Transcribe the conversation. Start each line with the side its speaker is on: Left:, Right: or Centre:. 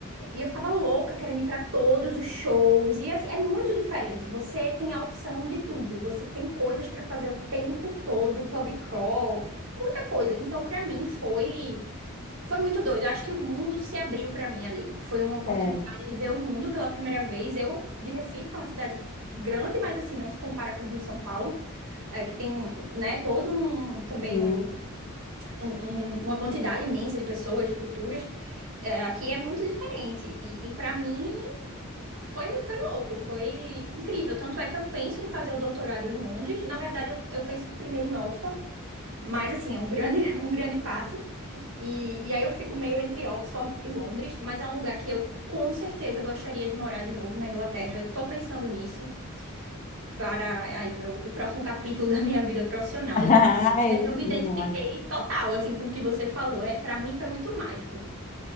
Right: E eu ficava louca querendo ir para todos os shows. E assim, é muito diferente. Você tem a opção de tudo. Você tem coisas para fazer o tempo todo, pub crawl, muita coisa. Então, para mim, foi. Foi muito doido. Eu acho que o mundo se abriu pra mim ali. Foi uma oportunidade
Left: É.
Right: de ver o mundo pela primeira vez. Eu, de Recife, que é uma cidade grande, mas assim, não se compara com o Rio São Paulo, é, que tem, um, né, todo um, também
Left: Uhum.
Right: um- um- um- uma quantidade imensa de pessoas, de culturas. É, aqui é muito diferente. E, e para mim foi, foi louco, foi incrível. Tanto é que eu penso em fazer o doutorado em Londres. Na verdade, eu, eu penso primeiro em Oxford, mas assim, é um grande, <laughs> um grande passo. E, e aí eu fico meio entre Oxford e Londres, mas é um lugar que eu com certeza gostaria de morar de novo na Inglaterra. Eu tô pensando nisso para aí meu, o próximo capítulo <laughs> da minha vida profissional.
Left: <laughs> Ai,
Right: Mas eu me identifiquei
Left: nossa.
Right: total, assim, com o que você falou. É, para mim foi muito mágico.